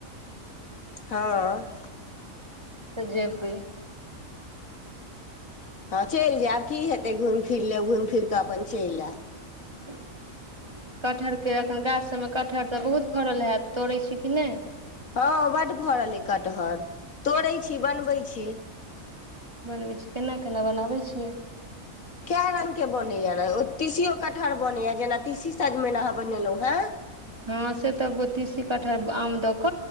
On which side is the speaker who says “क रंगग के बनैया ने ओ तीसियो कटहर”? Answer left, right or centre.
Left